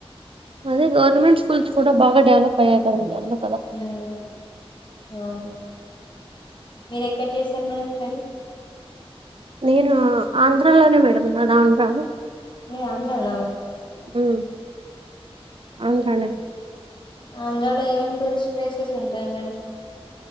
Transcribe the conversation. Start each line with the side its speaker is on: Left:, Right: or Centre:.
Right: అదే గవర్నమెంట్ స్కూల్స్ కూడా బాగా డెవలప్య్యాయి కదండి అందులో
Left: ఉం అవున్ మీరుఎక్కడ చేశారు మేడం స్టడీ
Right: నేనా ఆంధ్రాలోనే మేడం నాది ఆంధ్రా
Left: మీది ఆంధ్రాన
Right: ఉం ఆంధ్రానే
Left: ఆంధ్రాలో ఏమేమి టూరిస్ట్ ప్లేసెస్ ఉంటాయి మేడమ్